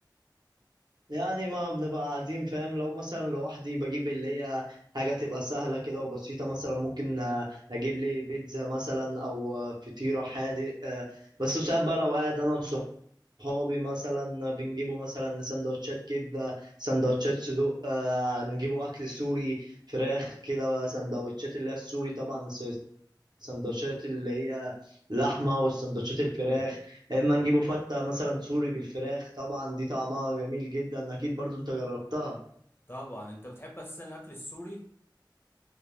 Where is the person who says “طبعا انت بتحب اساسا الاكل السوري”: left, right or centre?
Left